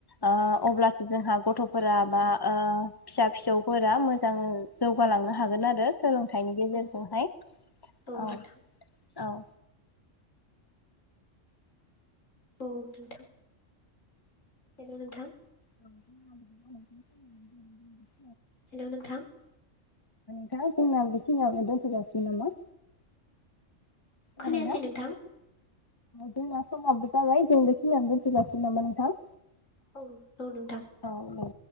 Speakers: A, on the left; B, on the left.
A: ओ अब्लासो जोंहा गथ'फोरा बा ओ। फिसा-फिसौफोरा मोजां जौगालांनो हागोन आरो। सोलोंथाइनि गेजेरजोंहाय
B: औ औ
A: औ-औ।
B: नोंथां औ नोंथां हेलौ! नोंथां।
A: <inaudible>
B: हेल' नोंथां
A: जोंना बेखिनियावनो दोनथ'जासिगोन नामा?
B: खोनायासै
A: जादोंना
B: नोंथां?
A: जोंना समाबो जाबाय जों बे खिनियावनो दोनथ'जासिगोन नामा नोंथां?
B: औ-औ नोंथां।
A: औ औ